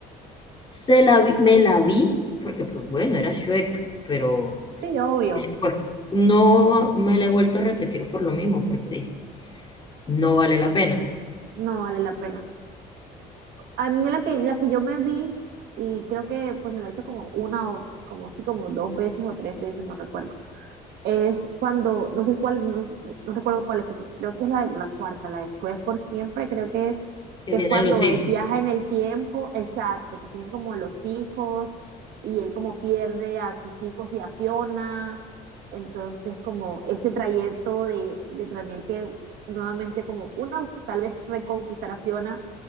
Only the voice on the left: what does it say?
se la vi- me la vi, porque pues bueno, era Shrek, pero...
Después no me la he vuelto a repetir por lo mismo, porque dije, no vale la pena,
que
tienen
los hijos,